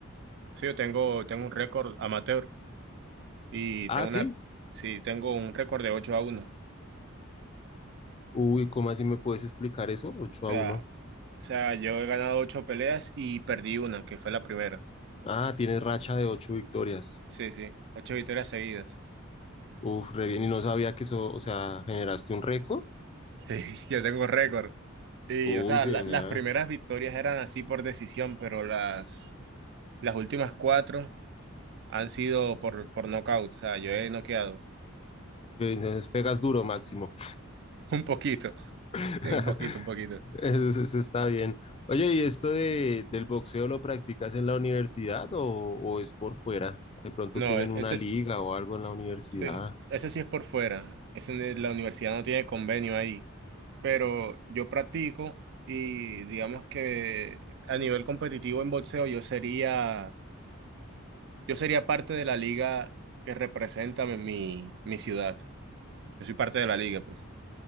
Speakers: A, on the right; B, on the left.
A: sí, yo tengo, tengo un récord amateur y
B: Ah,
A: tengo
B: sí.
A: una, sí, tengo un récord de 8 a uno O
B: Uy, ¿cómo así me puedes explicar eso? 8
A: sea,
B: a uno.
A: o sea, yo he ganado ocho peleas y perdí una, que fue la primera.
B: Ah, tienes racha de 8 victorias.
A: Sí, sí, ocho victorias seguidas.
B: Uf, re bien. Y no sabía que eso, o sea, generaste un récord.
A: Sí, <laughs> yo tengo récord. Y,
B: Uy,
A: o sea,
B: genial.
A: la- las primeras victorias eran así por decisión, pero las, las últimas cuatro han sido por, por nocaut. O sea, yo he noqueado.
B: Entonces pegas duro, Máximo.
A: <laughs> Un poquito.
B: <laughs>
A: Sí, un poquito, un poquito.
B: Eso, eso- está bien. Oye, ¿y esto de, del boxeo lo practicas en la universidad o, o es por fuera? De pronto
A: No,
B: tienen
A: e-
B: una
A: ese
B: liga
A: sí,
B: o algo en la universidad.
A: sí,
B: O
A: ese sí es por fuera. Ese, de- la universidad no tiene convenio ahí. Pero yo practico y digamos que a nivel competitivo en boxeo yo sería Yo sería parte de la liga que representa mi, mi mi ciudad. Yo soy parte de la liga, pues.